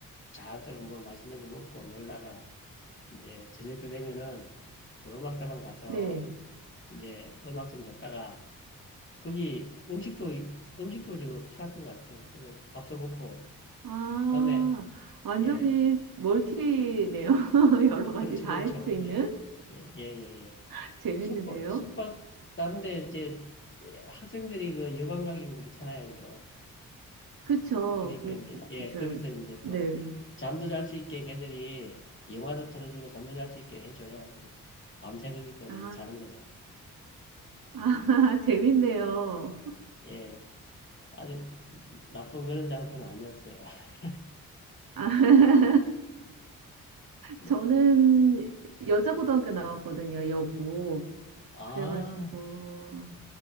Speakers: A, on the left (about 30°); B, on the right (about 70°).
A: 잔뜩 뭐 맛있는 거 먹고 놀다가 이제 저녁 때 되면은 그 음악다방 가서
B: 네.
A: 이제 음악 좀 듣다가 거기 음식도 음식도 지금 팔았던 것 같아요. 그래서 밥도 먹고
B: 아,
A: 다음에
B: 완전히
A: 예
B: 멀티네요. <laughs> 여러 가지
A: 그렇죠
B: 다
A: 그렇죠
B: 할 수 있는?
A: 예 예예예
B: <laughs> 재밌는데요?
A: 숙박 숙박 다른데 이제 예, 학생들이 그 여관가긴 그렇잖아요 그죠?
B: 그쵸.
A: 그러니까
B: 그럴
A: 이제
B: 수,
A: 예
B: 그쵸.
A: 거기서 이제 또
B: 네.
A: 잠도 잘 수 있게 걔들이 영화도 틀어주고 잠도 잘 수 있게 해줘요. 밤새 거기서
B: 아,
A: 이제 자는 거죠.
B: 아,
A: 예,
B: <laughs> 재밌네요.
A: 예 아주 나쁜 그런 장소는 아니었어요. <laughs>
B: 아, <laughs>
A: 뭐
B: 저는 여자고등학교 나왔거든요, 여고.
A: 아.
B: 그래가지고,